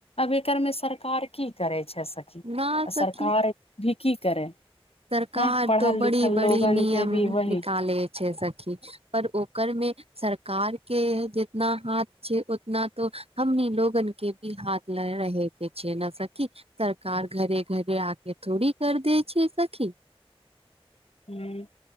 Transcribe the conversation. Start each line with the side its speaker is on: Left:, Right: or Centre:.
Left: अब एकर में सरकार की करे छै सखी
Right: न
Left: आ
Right: सखी
Left: सरकार भी की करे
Right: सरकार
Left: हैं पढ़ल
Right: तो बड़ी
Left: लिखल
Right: बड़ी
Left: लोगन
Right: नियम
Left: के भी वही
Right: निकालै छै सखी पर ओकरमे सरकार के जितना हाथ छै उतना तो हमनी लोगन के भी हाथ ल रहे के छै छै न सखी सरकार घरे घरे आके थोड़ी कर देै छै सखी
Left: ह